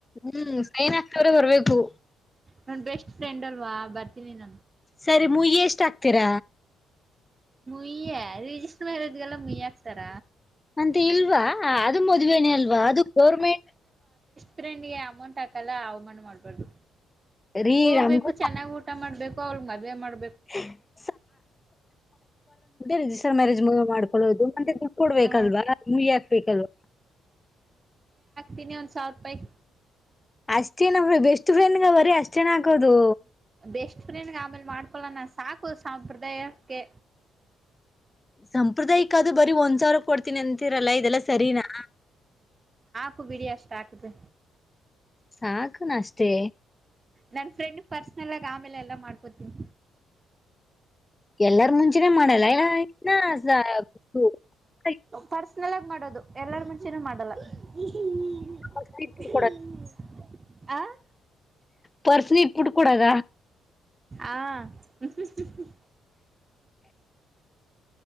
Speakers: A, on the left; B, on the right.
A: ಹ್ಮ್ ಸೈನ್ ಹಾಕ್ದವ್ರೆ ಬರ್ಬೇಕು.
B: ನನ್ ಬೆಸ್ಟ್ ಫ್ರೆಂಡ್ ಅಲ್ವಾ ಬರ್ತೀನಿ ನಾನು.
A: ಸರಿ ಮುಯ್ಯ್ ಎಷ್ಟ್ ಹಾಕ್ ತೀರ?
B: ಯ್ಯ ರಿಜಿಸ್ಟ್ ಮ್ಯಾರೇಜ್ಗೆಲ್ಲ ಮುಯ್ಯಿ ಹಾಕ್ತಾರ.
A: ಅಂತ ಇಲ್ವಾ ಆ ಅದು ಮದುವೇನೆ ಅಲ್ವಾ ಅದು ಗೌರ್ಮೆ
B: ಫ್ರೆಂಡಿಗೆ ಅಮೌಂಟ್ ಹಾಕಲ್ಲ ಅವ್ಮಾನ ಮಾಡ್ಬಾರ್ದು.
A: ರೀ
B: ಹೋಗ್ಬೇಕು
A: ನಮ್ಗೂ
B: ಚೆನ್ನಾಗ್ ಊಟ ಮಾಡ್ಬೇ <unintelligible> ಮದ್ವೆ ಮಾಡ್
A: <unintelligible> ರಿಜಿಸ್ಟರ್ ಮ್ಯಾರೇಜ್ <unintelligible> ಮಾಡು. <unintelligible> ಕೊಡ್ಬೇಕಲ್ವಾ
B: ಹ
A: ಮುಯ್ ಹಾಕ್ಬೇಕಲ್ವ್
B: ತಿನಿ ಒಂದ್ ಸಾವ್ರುಪಯ್.
A: ಅಷ್ಟೇನ ಬಿಡು ಬೆಸ್ಟ್ ಫ್ರೆಂಡ್ಗ್ ಬರೀ ಅಷ್ಟೇನ ಹಾಕೋದು?
B: ಬೆಷ್ಟ್ ಫ್ರೆಂಡ್ಗ್ ಆಮೇಲ್ ಮಾಡ್ಕೊಳ್ಳನ ಸಾಕು ಸಾಂಪ್ರದಾಯ ಕ್ಕೆ.
A: ಸಂಪ್ರದಾಯಕ್ ಅದು ಬರೀ ಒಂದ್ ಸಾವ್ರ ಕೊಡ್ತೀನಿ ಅನ್ ತಿರಲ್ಲ ಇದೆಲ್ಲ ಸರೀನಾ?
B: ಕು ಬಿಡಿ ಅಷ್ಟ್ ಆಕದ್ರೆ.
A: ಸಾಕುನ ಅಷ್ಟೇ?
B: ನನ್ ಫ್ರೆಂಡ್ಗ್ ಪರ್ಸನಲ್ ಆಗ್ ಆಮೇಲ್ ಎಲ್ಲಾ ಮಾಡ್ಕೊತೀನಿ.
A: ಎಲ್ಲಾರ್ ಮುಂಚೆನೇ ಮಾಡಲೈಯ್ಲೈಯ್? <unintelligible>
B: ಪರ್ಸನಲ್ ಆಗ್ ಮಾಡೋದು ಎಲ್ಲಾರ ಮುಂಚೆನೂ ಮಾಡಲ್ಲ. <unintelligible>
A: ಪರ್ಸ್ನ ಇಟ್ಬಿಟ್ಟು
B: ಆಂ.
A: ಪರ್ಸ್ನ್ ಇಟ್ಬಿಟ್ ಕೊಡದ.
B: ಆ ಹ್ ಹ್ಮ್ ಹ್ಮ್ ಹ್ಮ್